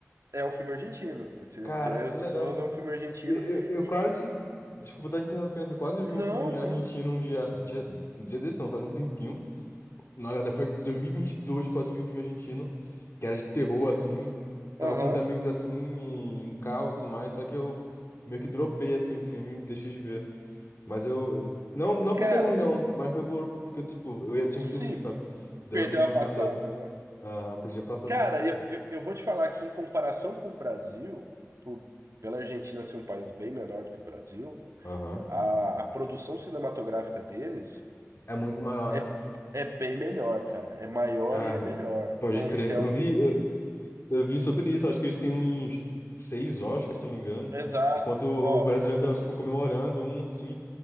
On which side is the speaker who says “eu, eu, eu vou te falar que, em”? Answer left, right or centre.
Right